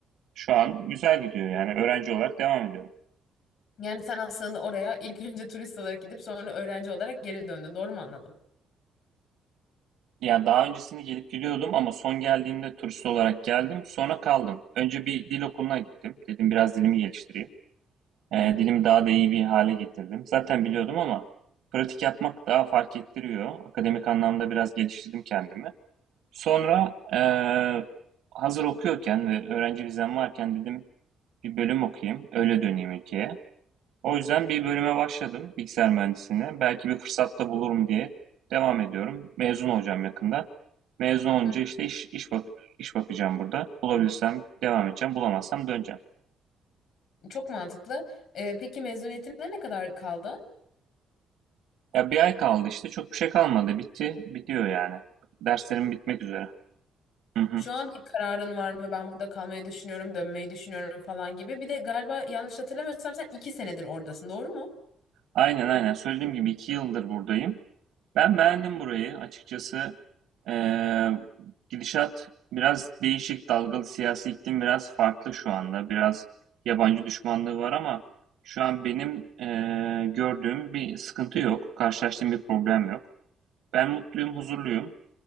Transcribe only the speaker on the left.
Yani sen aslında oraya ilk <laughs> önce turist olarak gidip sonra öğrenci olarak geri döndün. Doğru mu anladım?
Hı hı,
hı.
Çok mantıklı. E, peki mezuniyetine ne kadar kaldı?
Şu an bir kararın var mı? Ben burada kalmayı düşünüyorum, dönmeyi düşünüyorum falan gibi. Bir de galiba yanlış hatırlamıyorsam sen iki senedir oradasın, doğru mu?